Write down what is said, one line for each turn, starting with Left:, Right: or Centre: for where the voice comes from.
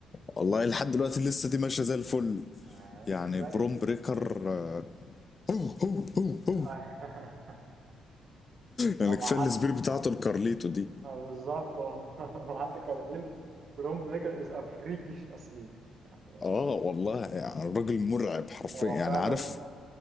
Left: والله لحد دلوقتي لسه دي ماشيه زي الفل
Right: آه، ماشي
Left: يعني
Right: كويس
Left: بروم بريكر آه، هو هو هو
Right: <laughs>
Left: يعني
Right: هو مع
Left: كفايه
Right: حد
Left: السبير بتاعته الكارليتو دي
Right: آه، بالظبط هو <laughs> مع حد كان برون بريكر از افريكيش اصلي يعني
Left: اه والله يعني الراجل مرعب حرفيا
Right: هو
Left: يعني
Right: فعلا
Left: عارف